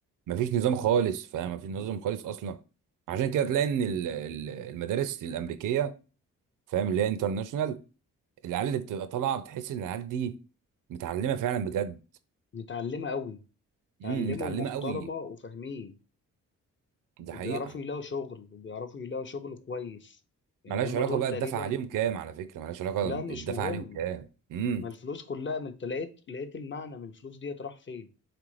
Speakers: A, on the right (about 60°); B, on the left (about 35°).
A: مفيش نظام خالص فاهم مفيش نظام
B: لا.
A: خالص أصلا عشان كده تلاقي إن ال- ال- المدارس الأمريكية فاهم اللي هي انترناشونال العيال اللي بتبقى طالعة بتحس إن العيال دي متعلمة فعلا بجد
B: نتعلمه قوي تعلمه
A: امم متعلمة
B: محترمة
A: قوي
B: وفاهمين
A: دي
B: وبيعرفوا
A: حقيقة
B: يلاقوا شغل وبيعرفوا يلاقوا شغل كويس يعني
A: ملهاش
B: هم
A: علاقة
B: دول
A: بقى
B: تقريبا
A: الدفع عليهم كام على فكرة ملهاش علاقة
B: لا
A: الدفع
B: مش مهم
A: عليهم كام امم
B: ما الفلوس كلها ما انت لقيت لقيت المعنى من الفلوس ديت راح فين